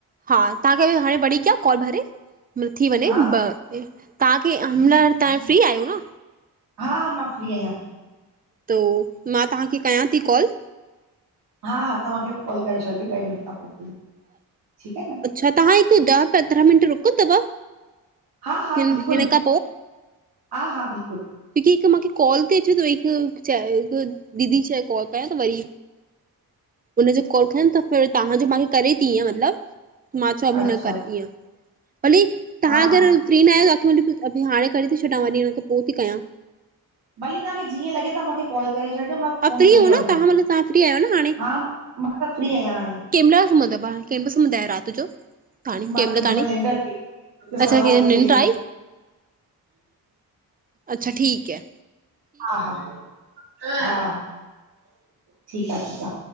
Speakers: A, on the right; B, on the right.
A: हा तहांखे हाणे वरी कयां कॉल भले थी वञें
B: हा
A: तहांखे हिनमल तहां फ्री आह्यो न
B: हा हा मां फ्री आह्यां।
A: तो मां तहां खे कयां ती कॉल।
B: हा हा तहांखे कॉल करे छॾजो ॾहें मिन्ट खां पो, ठीक आ न।
A: अच्छ तहां हिकु ॾह पंद्रहा मिन्ट रुकंदव।
B: आहा हा
A: हिन
B: बिलकुल,
A: हिन खां
B: अहा आहा बिल्कुल
A: दीदी हिक मुखे कोल ती अचे त वरी हिक चए हिक दीदी चये कोल कयॉ त वरी उनजो कोल खयम त फिर तहांजो मां करे ती इंय मत्लब मां चवा
B: अच्छा
A: बि न कर ईंय भली तहां
B: हा हा
A: अगर फ्री न आहियां तांखे मां आंटी अभी हाणे करे थी छॾा वरी न त पो ती कयां।
B: भली तहांखे जीअं लॻे तहां माखे कॉल करे छॾिजो मां फोन
A: आप फ्री
B: खणी
A: हो
B: वठंदमि
A: न तहां मतलब तहां फ्री आहियो न हाणे?
B: हा मां फ्री आहिया हाणे।
A: केंमल सुमुंदा ॿा, केंमल सुमुंदा आयो रात जो? ताणी
B: मां
A: कंहिं
B: खे
A: महिल
B: त जैहेमल
A: ताणी
B: निंड अचे, सवा
A: अच्छा कंहिं
B: हिकु,
A: निंड
B: ॾेढु।
A: आई अच्छा ठीक है।
B: हा हा हा हा ठीक आ ठीक आ।